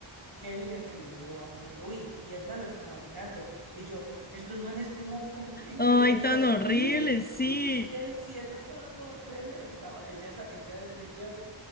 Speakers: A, on the right (about 55°); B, on the left (about 20°).
A: Kevin el que le dijo a Jorge, uy, y Edna lo estaba mirando. Y yo, estos manes, ¿cómo, cómo- en
B: Ay,
A: qué realidad
B: tan horrible,
A: viven?
B: sí.
A: ¿En qué realidad? Si Edna estaba toda prenda y estaba, ella, esa- ella, ella,